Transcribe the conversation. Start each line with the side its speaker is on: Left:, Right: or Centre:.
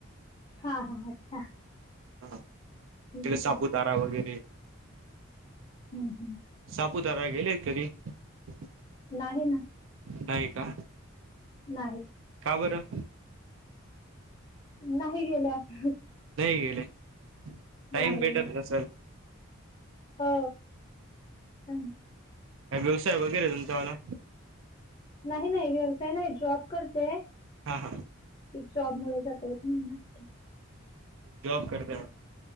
Left: हा हा अच्छा
Right: हा इकडे
Left: ह्
Right: सापुतारा
Left: ह्.
Right: वगैरे
Left: हम्म हम्म.
Right: सापूतारा गेले <inaudible>
Left: नाही ना.
Right: नाही का?
Left: नाही.
Right: का बरं?
Left: नाही गेल्. <inaudible>
Right: नाही गेले टाईम
Left: नाही,
Right: भेटत
Left: नाही.
Right: नसेल.
Left: हो च
Right: का व्यवसाय वगैरे तुमचा म्हाला?
Left: नाही नाही व्यवसाय नाही जॉब करते.
Right: हा हा.
Left: ते जॉब मु जाता येत नाही ना. कुठे
Right: जॉब करते.